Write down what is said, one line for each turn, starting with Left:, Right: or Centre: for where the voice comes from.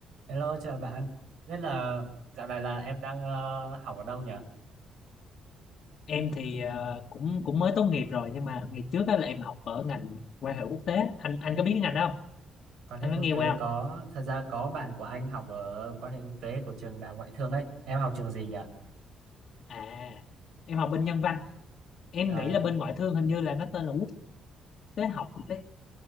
Right: Hello, chào bạn. Biết là dạo này là em đang ờ, học ở đâu nhỉ?
Left: em thì ờ, cũng cũng mới tốt nghiệp rồi nhưng mà ngày trước á là em học ở ngành quan hệ quốc tế anh anh có biết cái ngành đó không
Right: Quan hệ
Left: anh
Right: quốc
Left: có nghe
Right: tế
Left: qua
Right: có,
Left: không
Right: thật ra có bạn của anh học ở quan hệ quốc tế của trường Đại học Ngoại thương ấy. Em học trường gì nhỉ?
Left: à em học bên nhân văn em
Right: À,
Left: nghĩ là bên ngoại thương hình như là nó tên là quốc tế học đấy